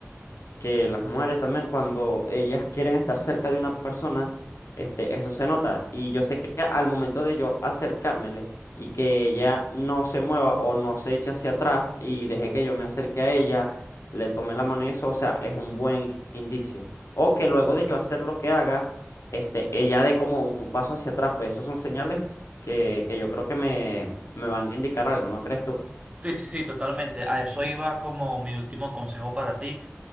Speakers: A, on the left; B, on the right.
A: que las mujeres también cuando ellas quieren estar cerca de una persona, este, eso se nota. Y yo sé que al momento de yo acercármele y que ella no se mueva o no se eche hacia atrás y deje que yo me acerque a ella, le tome la mano y eso, o sea, es un buen indicio. O que luego de yo hacer lo que haga, este, ella dé como un paso hacia atrás, pues esos son señales que, que yo creo que me, me van a indicar algo, ¿no crees tú?
B: Sí, sí, sí, totalmente. A eso iba como mi último consejo para ti,